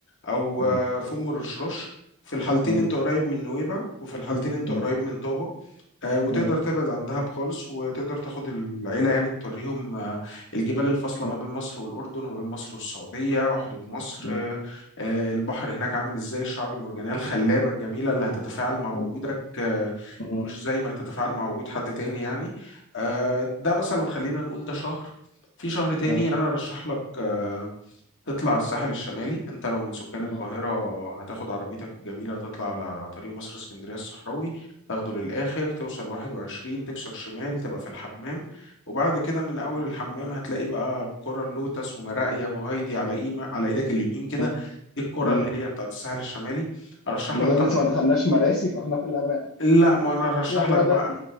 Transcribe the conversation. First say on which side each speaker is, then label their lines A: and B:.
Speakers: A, on the left; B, on the left.
A: او
B: م-
A: آه، في ام الرشراش في الحالتين
B: م-
A: انت قريب من نويبع وفي الحالتين انت
B: م-
A: قريب من طابه آه، وتقدر
B: م-
A: تبعد عن دهب خالص وتقدر تاخد العيلة يعني توريهم آه، الجبال الفاصلة
B: م-
A: ما
B: م-
A: بين مصر والأردن وما بين مصر والسعودية وحدود مصر
B: م-
A: آه،
B: م-
A: آه، البحر هناك عامل ازاي الشعاب المرجانية الخلابة الجميلة اللي هتتفاعل مع وجودك
B: م-
A: آه،
B: م-
A: مش زي ما هتتفاعل مع وجود حد تاني يعني آه، ده مثلا خلينا نقول ده شهر في شهر تاني
B: م-
A: أنا أرشح لك آه، تطلع الساحل الشمالي انت لو من سكان
B: م-
A: القاهرة هتاخد عربيتك الجميلة وتطلع على طريق مصر اسكندرية الصحراوي تاخده للآخر توصل لواحد وعشرين تكسر شمال تبقى في الحمام وبعد كده من أول الحمام هتلاقي بقى قرى اللوتس ومراقيا وهايدي على إيمة على إيدك اليمين كده
B: م-
A: دي القرى
B: م-
A: اللي هي بتاعت الساحل الشمالي أرشح
B: ما
A: لك
B: دام
A: طبعا
B: لسه ما دخلناش مراسي فاحنا في الامان
A: لا ما أنا هرشح
B: يعني
A: لك
B: ما
A: بقى
B: دام